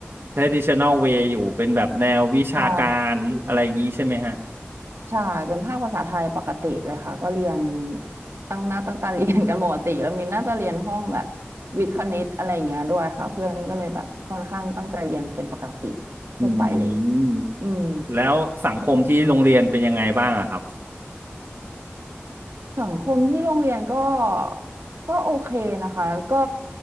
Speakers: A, on the right; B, on the right.
A: traditional way อยู่เป็นแบบแนววิชาการอะไรอย่างนี้ใช่ไหมฮะ
B: ใช่ ใช่เป็นภาคภาษาไทยปกติเลยค่ะก็เรียนตั้งหน้าตั้งตาเรียนกันปกติแล้ว <laughs> มินน่าจะเรียนห้องแบบวิทย์คณิตอะไรอย่างเงี้ยด้วยค่ะเพื่อนก็เลยแบบค่อนข้างตั้งใจเรียนเป็นปกติทั่วไปเลย
A: อืม
B: อืม
A: แล้วสังคมที่โรงเรียนเป็นยังไงบ้างอะครับ
B: สังคมที่โรงเรียนก็ก็โอเคนะคะก็